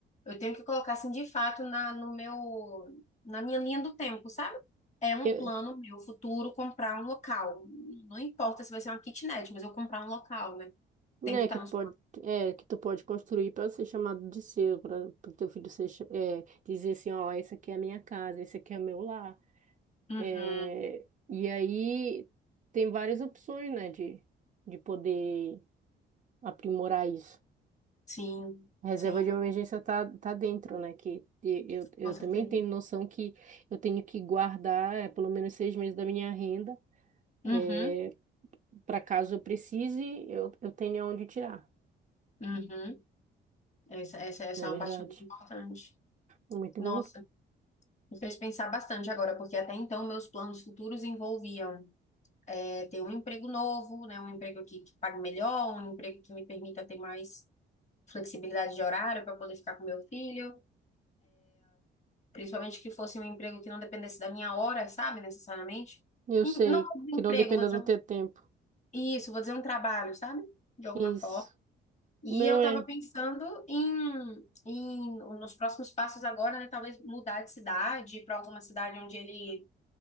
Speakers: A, on the left; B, on the right.
A: eu tenho que colocar assim de fato na, no meu, na minha linha do tempo, sabe? É um
B: eu,
A: plano meu futuro comprar um local. Não importa se vai ser uma kitnet, mas eu comprar um local, né?
B: né,
A: Tem que estar
B: que
A: nos
B: pode,
A: planos.
B: é, que tu pode construir para ser chamado de seu, para o teu filho ser, cha- é, dizer assim, ó, essa aqui é a minha casa, esse aqui é o meu lar.
A: Uhum,
B: É, e aí tem várias opções, né, de, de poder aprimorar isso.
A: sim,
B: A reserva
A: sim,
B: de emergência tá, tá dentro, né? Que e- eu, eu
A: com certeza.
B: também tenho noção que eu tenho que guardar eh, pelo menos seis meses da minha renda, é,
A: Uhum,
B: para caso eu precise, eu, eu tenha onde tirar,
A: uhum. Essa, essa, essa
B: não é
A: é
B: verdade?
A: uma parte muito importante.
B: Muito
A: Nossa,
B: bom.
A: me fez pensar bastante agora, porque até então meus planos futuros envolviam é, ter um emprego novo, né, um emprego que, que pague melhor, um emprego que me permita ter mais flexibilidade de horário para poder ficar com meu filho, principalmente que fosse um emprego que não dependesse da minha hora, sabe, necessariamente.
B: Eu
A: E
B: sei
A: Não um
B: que
A: emprego,
B: não dependa
A: vou dizer,
B: do
A: um-
B: teu tempo.
A: isso, vou dizer um trabalho, sabe? De alguma
B: Isso.
A: forma E
B: Não
A: eu estava
B: é.
A: pensando em, em nos próximos passos agora, né, talvez mudar de cidade para alguma cidade onde ele